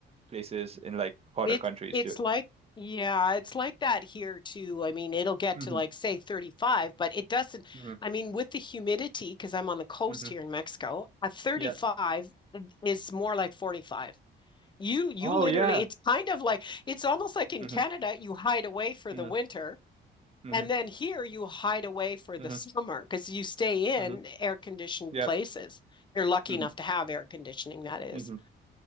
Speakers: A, on the right; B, on the left.
A: places in like hotter
B: It's
A: countries
B: it's
A: do.
B: like yeah, it's like that here too. I mean, it'll get
A: hmm
B: to like say 35, but it doesn't.
A: hmm
B: I mean, with the humidity, because I'm on the coast
A: hmm
B: here in Mexico, a 35
A: Yeah.
B: is more like 45. You you
A: Oh
B: literally,
A: yeah.
B: it's kind of like it's almost like in
A: hmm
B: Canada, you hide away for
A: hmm
B: the winter,
A: hmm
B: and then here you hide away for
A: hmm
B: the summer because you stay
A: hmm
B: in air conditioned
A: Yep.
B: places. You're lucky
A: hmm
B: enough to have air conditioning, that is.
A: hmm